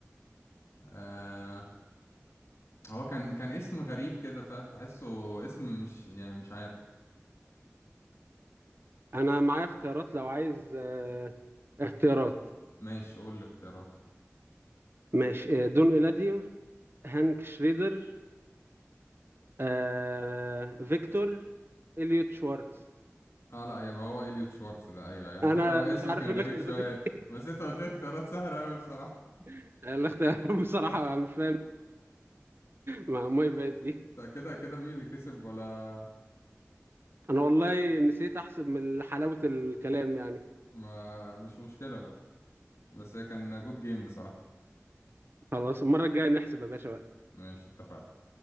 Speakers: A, on the left; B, on the right.
A: آه... هو كان كان اسم غريب كده فاهم تحسه اسم مش يعني مش عارف
B: انا معايا اختيارات لو عايز آه، اختيارات
A: ماشي قول لي اختيارات
B: ماشي آه، دون إيلاديو هانك شريدر آه، فيكتور إليوت شوارتز
A: اه لا يبقى هو اليوت شوارتز ده ايوه ايوه انا
B: انا
A: فاكر هو
B: مش
A: اسم
B: عارف
A: كان
B: ايه
A: غريب
B: الاختيارات
A: شويه
B: دي
A: بس انت قلت لي اختيارات سهله قوي بصراحه
B: <laughs> الاختيارات بصراحه
A: <laughs>
B: مش فاهم ما ما بقت دي
A: طب كده كده مين اللي كسب ولا
B: انا والله نسيت احسب من حلاوة الكلام يعني
A: ما مش مشكله بقى بس هي كان جود جيم بصراحة
B: خلاص المرة الجاية نحسب يا باشا بقى
A: ماشي اتفقنا